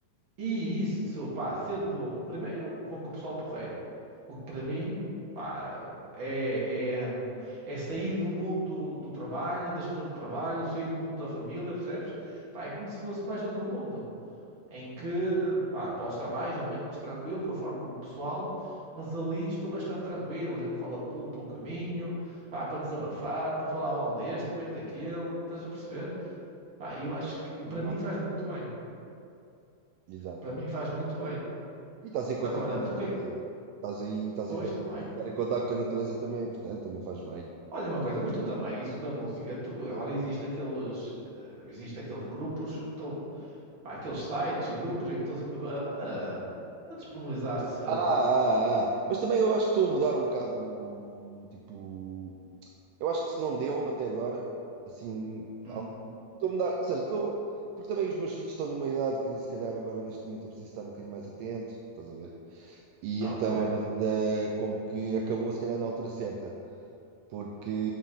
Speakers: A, on the right (about 45°); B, on the right (about 80°).
A: e, e isso, pá, sendo um primeiro, vou com o pessoal porreiro. O que para mim, pá, é, é, é sair do mundo do trabalho, das pessoas do trabalho, sair do mundo da família, percebes? Pá, é como se fosse mais outro mundo, em que, pá, posso estar mais ou menos tranquilo, conforme o pessoal. Mas ali estou bastante tranquilo, a gente fala de tudo pelo caminho, pá, para desabafar, para falar mal deste, bem daquele, estás a perceber? Pá, eu acho que
B: Normal.
A: para mim faz muito bem.
B: Exato.
A: Para mim faz muito bem.
B: E estás em
A: Agora,
B: contacto com
A: tu
B: a natureza,
A: o que é que.
B: não é? Estás aí, estás
A: Pois
B: em contacto,
A: também.
B: estar em contacto com a natureza também é importante, também faz bem.
A: Olha uma coisa, mas tu também, isso da música, tu, agora existe aqueles, eh, existe aqueles grupos, estão, pá, aqueles sites e grupos em que estão sempre a, a, a disponibilizar-se.
B: Ah, ah, ah. Mas também eu acho que estou a mudar um bocado, tipo, eu acho que se não deu até agora, assim,
A: Hum,
B: al- estou a mudar, ou seja, estou, porque também os meus filhos estão numa idade que se calhar agora neste momento eu preciso estar um bocadinho mais atento, estás a ver? E
A: ok,
B: então a banda como que acabou se calhar na altura certa, porque